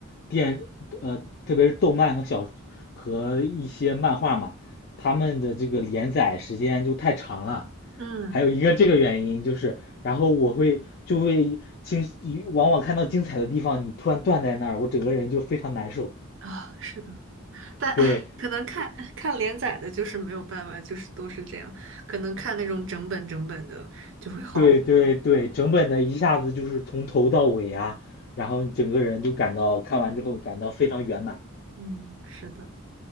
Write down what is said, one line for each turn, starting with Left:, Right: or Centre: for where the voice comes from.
Left: 电，呃，特别是动漫和小和一些漫画嘛，他们的这个连载时间就太长了。
Right: 嗯
Left: 还有一个这个原因就是，然后我会就会经，往往看到精彩的地方，你突然断在那儿，我整个人就非常难受。
Right: 啊，是的，但唉，
Left: 对，
Right: 可能看看连载的，就是没有办法，就是都是这样，可能看那种整本整本的就会好，
Left: 对对对，
Right: <laughs>
Left: 整本的一下子就是从头到尾啊，然后你整个人就感到看完之后感到非常圆满。
Right: 嗯，是的，